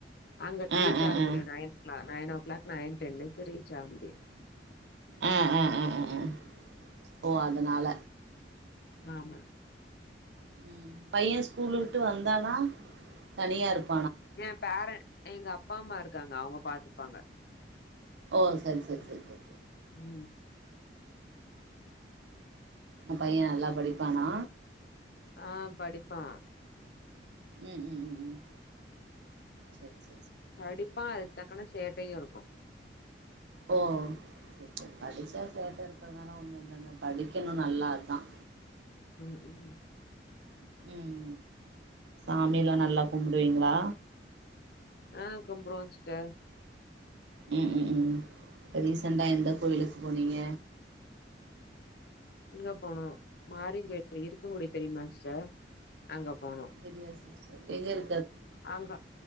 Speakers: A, on the left; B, on the right.
A: அங்க
B: ஆ
A: ரீச்
B: ஆ
A: ஆக
B: ஆ
A: முடியும் நயன்க்கலாம் நைன் ஒ க்ளாக் நைன் டென்க்கு ரீச் ஆக முடியும்
B: ஆஹ் ஆஹ் ஆஹ் ஆஹ் ஒ அதனால
A: ஆமா
B: உம் பையன் ஸ்கூலு விட்டு வந்தானா தனியா இருக்
A: என் பேரன் எங்க அப்பா அம்மா இருக்காங்க அவங்க பாத்துப்பாங்க
B: ஒ சரி சரி சரி சரி
A: உம்
B: உங்க பையன் நல்லா படிப்பானா
A: ஆஹ் படிப்பான்
B: உம் உம் உம் உம் சேரி சேரி
A: படிப்பான் தக்கன்ன சேட்டையும் இருக்கும்
B: ஓ சரி ச படிச்சா சேட்ட இருக்கிறதுனால ஒண்ணும் இல்லங்க படிக்கணும் நல்லாஅதான்
A: உம் உம்
B: உம் சாமியிலாம் நல்லா கும்புடுவீங்களா
A: ஆஹ் கும்பிடுவோம் சிஸ்டர்
B: உம் உம் உம் இ ரீசன்டா எந்த கோயிலுக்கு போனீங்க
A: இங்க போனும் மாரி இருக்கங்கூடு தெரியுமா சிஸ்டர் அங்க போனோ
B: தெரியாது சிஸ்டர் எங்க இரு
A: அங்க